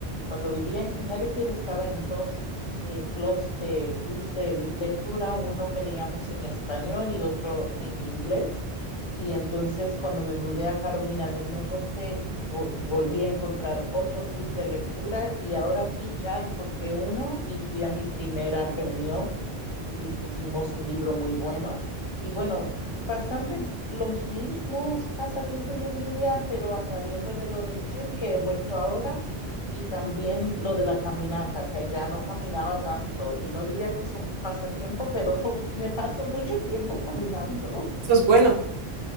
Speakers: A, on the left; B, on the right.
A: Cuando vivía en Connecticut estaba en dos eh, clubs de, clubs de lectura, uno que leíamos en español y otro en inglés. Y entonces cuando me mudé a Carolina del Norte, vo- volví a encontrar otro club de lectura y ahora aquí ya encontré uno y fui a mi primera reunión y discutimos un libro muy bueno. Y bueno, bastante los mismos pasatiempos yo diría, pero añadiéndole lo del gym que he vuelto ahora y también lo de la caminata, que ya no caminaba tanto. Y no diría que es un pasatiempo, pero <laughs> me paso mucho tiempo caminando.
B: Eso es bueno.